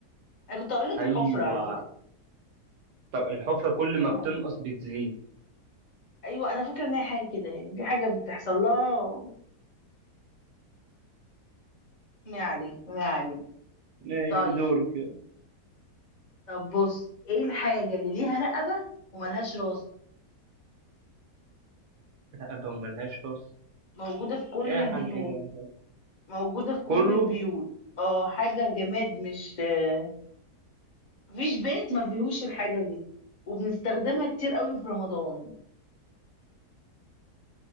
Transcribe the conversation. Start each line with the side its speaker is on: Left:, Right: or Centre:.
Left: انا كنت هقول لك
Right: ايوه
Left: الحفرة على فكرة
Right: طب الحفره كل
Left: بس هو
Right: ما
Left: العمر
Right: بتنقص بتزيد
Left: ايوه انا فاكرة ان هي حاجة كده يعني في حاجة بتحصل لها ما عليه ما عليه
Right: ماشي
Left: طيب
Right: دورك يلا
Left: طب بص ايه الحاجة اللي ليها رقبة وملهاش راس
Right: رقبه وملهاش راس
Left: موجودة في كل
Right: ايه يا
Left: البيوت
Right: حاج أنا-
Left: موجودة في كل
Right: كله
Left: البيوت اه حاجة جماد مش آه، مفيش بيت ما فيهوش الحاجة دي وبنستخدمها كتير قوي في رمضان